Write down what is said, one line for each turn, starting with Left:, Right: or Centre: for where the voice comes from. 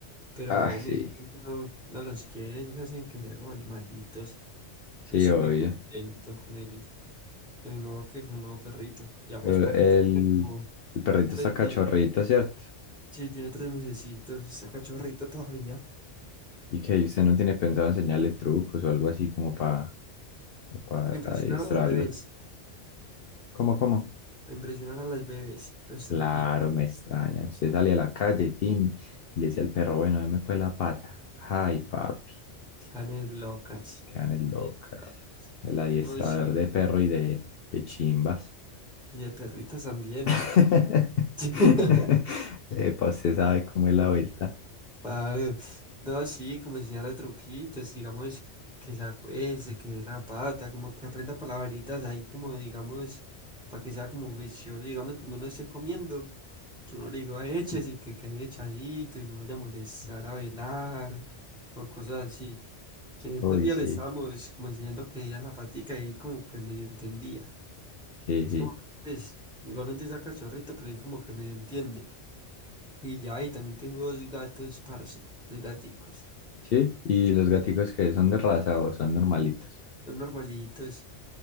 Centre: Pero
Left: Ah,
Centre: bueno,
Left: sí,
Centre: igualmente uno no los quiere, ellos hacen querer los animalitos.
Left: sí,
Centre: Yo soy
Left: obvio.
Centre: muy contento con el, con el nuevo que, con el nuevo perrito. Llevamos
Left: Pero
Centre: poquito
Left: el,
Centre: con él, como
Left: el perrito
Centre: tres
Left: está cachorrito,
Centre: días.
Left: ¿cierto?
Centre: Sí, tiene tres mesecitos, está cachorrito todavía.
Left: Y que usted no tiene pensado enseñarle trucos o algo así como para para
Centre: A impresionar
Left: adiestrarlo.
Centre: a las bebés,
Left: ¿Cómo, cómo?
Centre: a impresionar a las bebés, los truquitos,
Left: Claro, me extraña. Usted sale a la calle, Tin, y le dice al perro, bueno, deme pues la pata. Ay, papi,
Centre: janes locas.
Left: quedan es locas.
Centre: Janes locas.
Left: El adiestrador
Centre: No, sí,
Left: de perro y de, de chimbas.
Centre: y de perritas también.
Left: <laughs>
Centre: <laughs>
Left: Epa, usted sabe cómo es la vuelta.
Centre: Claro, no, sí, como enseñarle truquitos, digamos, que se acueste, que dé la pata, como que aprenda palabritas ahí, como digamos, para que sea como juicioso, digamos, cuando uno esté comiendo, que uno le diga eches y que quede echadito y no vaya a molestar a velar o cosas así. En estos
Left: Uy,
Centre: días
Left: sí,
Centre: le estábamos como enseñando que diera la patica y ahí como que medio entendía.
Left: sí,
Centre: Es
Left: sí.
Centre: como, que, pues, igualmente saca cachorrito, pero ahí como que medio entiende. Y ya, y también tengo dos gatos, parce, dos gaticos.
Left: Sí, y los gaticos que son de raza o son normalitos.
Centre: Son normalitos.